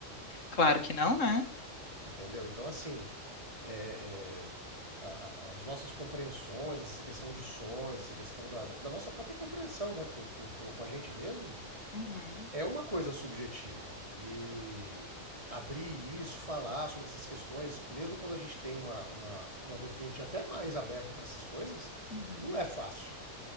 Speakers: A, on the left; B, on the right.
A: claro que não, né?
B: entendeu? Então, assim, é, é, a- a- as nossas compreensões, essa questão de sonhos, essa questão da, da- da nossa própria compreensão né, com, com- com- com a gente mesmo,
A: Uhum,
B: é uma coisa subjetiva. E abrir isso, falar sobre essas questões, mesmo quando a gente tem uma, uma, uma vertente até mais aberta para essas coisas,
A: uhum.
B: não é fácil.